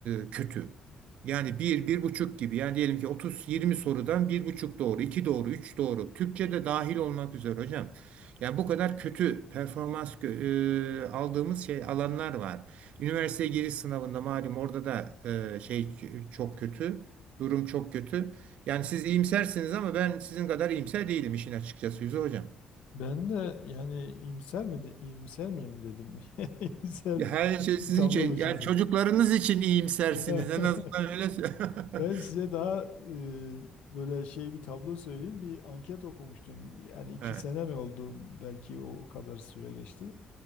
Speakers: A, on the right (about 65°); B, on the left (about 75°).
A: e, kötü. Yani bir, bir buçuk gibi. Yani diyelim ki 30-20 sorudan bir buçuk doğru, iki doğru, üç doğru. Türkçe de dahil olmak üzere hocam. Yani bu kadar kötü performans gö- e, aldığımız şey alanlar var. Üniversiteye giriş sınavında malum orada da e, şey çok kötü. Durum çok kötü. Yani siz iyimsersiniz ama ben sizin kadar iyimser değilim işin açıkçası Yüzü Hocam.
B: Ben de yani iyimser mi de- iyimser miyim dedim. <laughs> İyimser
A: Ya her Evet. şey sizin
B: bir tablo
A: şey.
B: mu çizdim?
A: Yani çocuklarınız için iyimsersiniz.
B: <laughs>
A: En azından öyle. sö-
B: Ben size daha e, böyle şey bir tablo söyleyeyim. Bir anket okumuştum. Yani iki
A: <laughs> Evet.
B: sene mi oldu? Belki o, o kadar süre geçti.